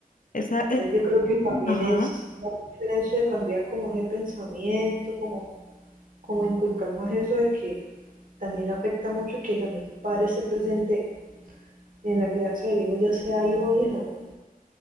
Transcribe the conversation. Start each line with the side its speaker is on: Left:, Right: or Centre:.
Left: Esa, es-
Right: Entonces yo creo que también
Left: ajá.
Right: es la mucho eso de cambiar como ese pensamiento, como, como inculcar más eso de que también afecta mucho que también el padre esté presente en la crianza del hijo, ya sea hijo o hija, ¿no?